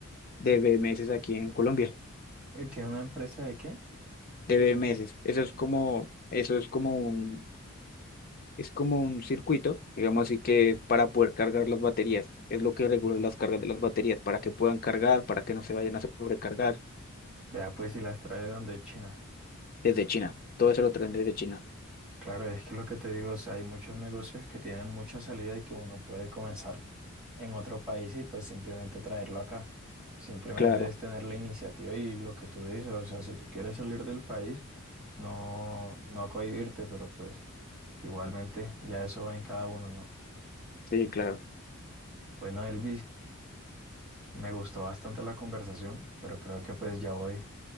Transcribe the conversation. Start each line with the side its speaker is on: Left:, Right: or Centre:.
Left: de BMS aquí en Colombia.
Centre: ¿Y tiene una empresa de qué?
Left: de meses. Eso es como, eso es como un, es como un circuito, digamos así que es para poder cargar las baterías. Es lo que regula las cargas de las baterías, para que puedan cargar, para que no se vayan a sobrecargar
Centre: Vea, pues si las trae donde China.
Left: desde China. Todo eso lo traen desde China.
Centre: Claro, es que lo que te digo, o sea, hay muchos negocios que tienen mucha salida y que uno puede comenzar en otro país y pues simplemente traerlo acá. Simplemente
Left: Claro,
Centre: es tener la iniciativa y lo que tú dices, o sea, si tú quieres salir del país, no, no cohibirte, pero pues igualmente ya eso va en cada uno, ¿no?
Left: sí, claro.
Centre: Bueno, Elvis, me gustó bastante la conversación, pero creo que pues ya voy,